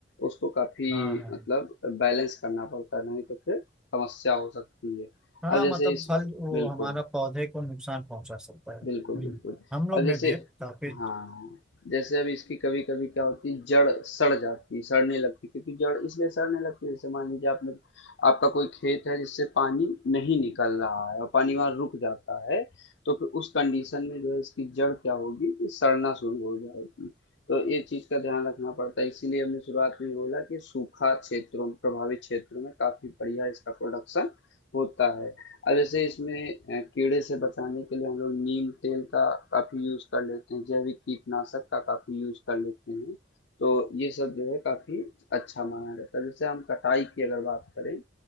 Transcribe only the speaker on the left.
उसको काफी
मतलब बैलेंस करना पड़ता है नहीं तो फिर समस्या हो सकती है
अब
जैसे
इस
बिल्कुल
बिल्कुल,
बिल्कुल।
अब
जैसे
हाँ, जैसे अब इसकी कभी-कभी क्या होती है जड़ सड़ जाती है, सड़ने लगती है क्योंकि जड़ इसलिए सड़ने लगती है जैसे मान लीजिए आपने आपका कोई खेत है जिससे पानी नहीं निकल रहा है और पानी वहाँ रुक जाता है, तो फिर उस कंडीशन में जो है इसकी जड़ क्या होगी कि सड़ना शुरू हो जाएगी। तो ये चीज़ का ध्यान रखना पड़ता है इसीलिए हमने शुरुआत में बोला कि सूखा क्षेत्रों प्रभावित क्षेत्रों में काफ़ी बढ़िया इसका प्रोडक्शन होता है। अब जैसे इसमें अ, कीड़े से बचाने के लिए हम लोग नीम तेल का काफ़ी यूज़ कर लेते हैं, जैविक कीटनाशक का काफ़ी यूज़ कर लेते हैं। तो ये सब जो है काफ़ी अच्छा माना जाता है। जैसे हम कटाई की अगर बात करें